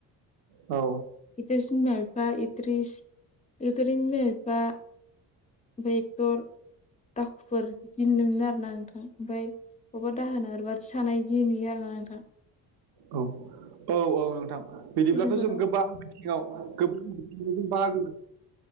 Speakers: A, on the right; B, on the left.
A: औ
B: इदिसिन मफा इरिस गोदोर माबा भक्टर दाखुफोर गिनो मोनो आरोना नोंथां ओमफाय बबेबोना ओरैबायदि सानाय बिदि नुयो आरोना नोंथां
A: औ औ औ नोंथां बिदिब्लाथ'
B: फिलिमफोराव
A: जों गोबां गोबांथि बाहागो